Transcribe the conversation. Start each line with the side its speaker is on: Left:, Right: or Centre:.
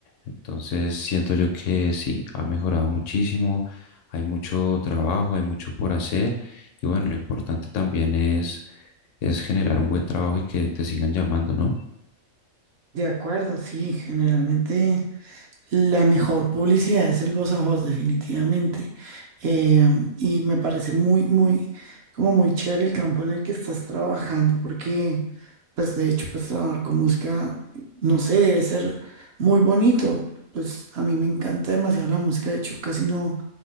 Left: Entonces siento yo que sí, ha mejorado muchísimo, hay mucho trabajo, hay mucho por hacer y bueno, lo importante también es, es generar un buen trabajo y que te sigan llamando, ¿no?
Right: De acuerdo, sí, generalmente. La mejor publicidad es el voz a voz, definitivamente. Eh, y me parece muy, muy, como muy chévere el campo en el que estás trabajando, porque, pues, de hecho, pues, trabajar con música, no sé, debe ser muy bonito. Pues, a mí me encanta demasiado la música. De hecho, casi no,